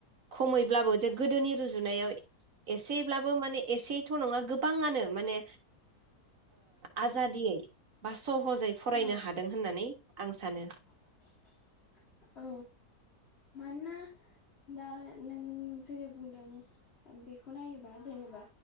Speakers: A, on the right (about 60°); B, on the left (about 40°).
A: खमैब्लाबो जे गोदोनि रुजुनायाव एसेब्लाबो माने एसेथ नङा गोबाङानो माने आजादियै बा सम सहजै फरायनो
B: औ
A: हादों होननानै आं सानो
B: <inaudible> औ मानोना दा नों जेरै बुंदों बेखौ नायोबा जेनेबा